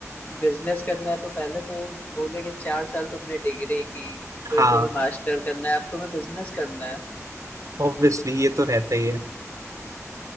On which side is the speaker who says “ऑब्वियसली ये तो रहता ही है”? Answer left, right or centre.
Right